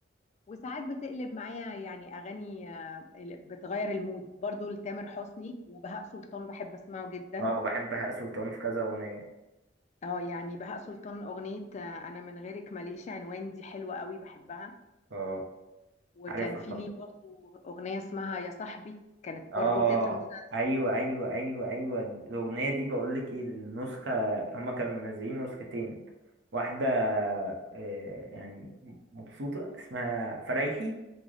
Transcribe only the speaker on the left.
وساعات بتقلب معايا يعني أغاني آه، بتغير المود برضو لتامر حسني وبهاء سلطان بحب أسمعه جدا
اه يعني بهاء سلطان أغنية آه، أنا من غيرك ماليش عنوان دي حلوة قوي بحبها
وكان
في
ليه برضو أغنية اسمها يا صاحبي كانت برضو
تتر مسلسل